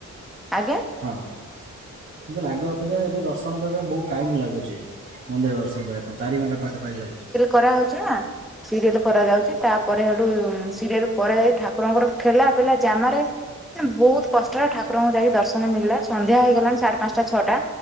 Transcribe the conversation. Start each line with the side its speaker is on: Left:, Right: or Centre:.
Centre: ଆଜ୍ଞା
Right: ହଁ ମୁଁ କହିଲି ଆଗ ଅପେକ୍ଷା ଏବେ ଦର୍ଶନ କରିଆ ପାଇଁ ବହୁତ ଟାଇମ୍ ଲାଗୁଚି ମନ୍ଦିର ରେ। ଦର୍ଶନ କରିବା ପାଇଁ ଚାରି ଘଣ୍ଟା ପାଖା ପାଖି ଲାଗିଯିବ।
Centre: କରାହୋଉଚି ନା। ସିରିଏଲ କରାଯାଉଚି ତାପରେ ହେଟୁ ସିରିଏଲ ପରେ ଯାଇ ଠାକୁରଙ୍କର ଠେଲା ପିଲା ଜାମାରେ ବହୁତ କଷ୍ଟରେ ଠାକୁରଙ୍କୁ ଯାଇକି ଦର୍ଶନ ମିଳିଲା। ସନ୍ଧ୍ୟା ହେଇଗଲାଣି ସାଢେ ପାଞ୍ଚଟା ଛଅଟା।